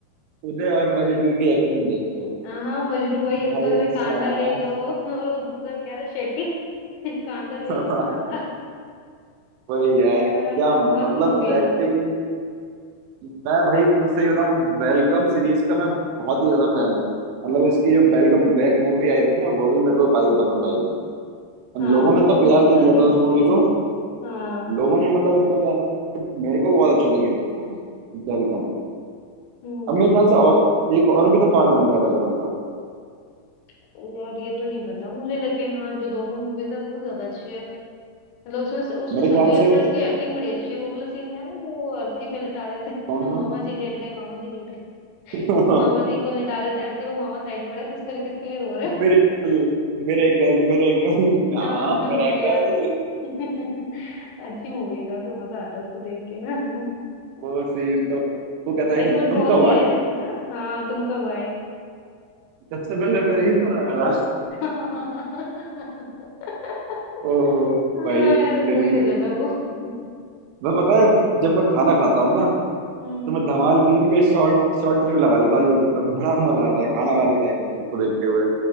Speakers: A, on the right (about 80°); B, on the left (about 75°).
A: उदय और मजनू की एक्टिंग देख के
B: हाँ हाँ मजनू वही
A: भाई
B: उसको कहते हैं,
A: साहब
B: कांदा ले लो <laughs> और वो दूसरा क्या था शेट्टी <laughs> कांदा ले
A: <laughs>
B: लो कांदा <laughs>
A: वही यार
B: हाँ
A: क्या
B: यार
A: मतलब
B: मस्त मूवी है
A: एक्टिंग
B: वो
A: मैं भाई मैं सही बताऊं वेलकम सीरीज का मैं बहुत ही ज्यादा फैन हूँ मतलब उसकी जो वेलकम बैक मूवी आई थी ना वो भी मेरे को काफी पसंद आई थी और
B: हाँ
A: लोगों
B: उसकी
A: ने तो
B: मूवी
A: प्यार नहीं
B: सारी
A: दिया था
B: अच्छी
A: उस मूवी
B: है
A: को
B: हाँ
A: लोगों ने मतलब इतना प्यार मेरे को बहुत अच्छी लगी थी मूवी वेलकम
B: हम्म
A: अब मेरे
B: हम्म
A: ख्याल से और एक और भी तो पार्ट बन रहा है वेलकम का
B: हम्म यार ये तो नहीं पता मुझे लेकिन हाँ जो दोनों मूवीज है वो ज्यादा अच्छी है मतलब उसमें उसमें
A: मेरे
B: सभी
A: ख्याल
B: एक्टर्स
A: से
B: की एक्टिंग बड़ी अच्छी है वो वाला सीन याद है जो वो अर्थी पे लिटा देते हैं
A: कौन
B: <laughs>
A: सा
B: मामा जी लेट गए मामा जी लेट गए
A: <laughs>
B: और मामा जी को लिटा देते हैं अर्थी पे मामा साइड में खड़े हैं, किस पे किसके लिए रो रहे
A: मेरे
B: हो
A: कल मेरे कल मेरे कल
B: <laughs>
A: हाँ
B: हाँ
A: मेरा
B: यार
A: कल
B: <laughs> अच्छी मूवी है काफी मजा आता है उसको देख के ना <laughs>
A: वो सीन तो वो कहता है
B: और एक
A: कि
B: वो
A: तुम
B: ढोल
A: कब
B: भी
A: आए
B: है एक ना हाँ तुम कब आए
A: सबसे पहले मैं ही तो आया था
B: <laughs>
A: ओहो
B: हाँ
A: भाई
B: यार
A: इतनी
B: मूवी गजब है वो <laughs>
A: मैं पता है जब मैं खाना खाता हूँ ना
B: हम्म
A: तो मैं धमाल फिल्म के शॉर्ट शॉर्ट क्लिप लगा लेता हूँ यूट्यूब पे बड़ा मजा आता है खाना खाते टाइम में इसको देखते हुए